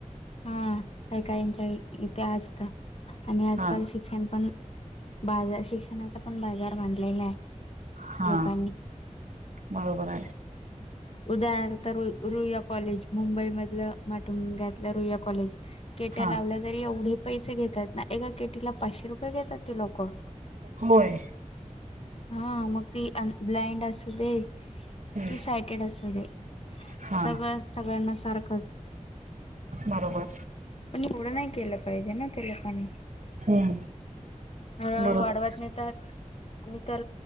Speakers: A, on the left; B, on the right.
A: हा काही काहींच्या इथे असत आणि आजकाल
B: हा
A: शिक्षण पण बाजार शिक्षणाचा पण बाजार मांडलेला आहे.
B: हा
A: लोकांनी
B: बरोबर आहे.
A: उदाहरणार्थ रु रुईया कॉलेज मुंबई मधलं माटुंग्यातल रुईया कॉलेज केट्या
B: हा
A: लावल्या तर एवढी पैसे घेतात ना एका केटीला पाचशे रुपये पण देतात ती लोकं
B: होय
A: हा मग ती ब्लाइंड असू दे
B: हं.
A: की सा केड असुदे
B: हा
A: सगळ सगळ्यांना सारखच
B: बरोबर
A: पण एवढं नाही केलं पाहिजे ना ते लकांनी
B: हम्म
A: हळूहळू
B: बरोबर
A: वाढवत नेतात आणि त्या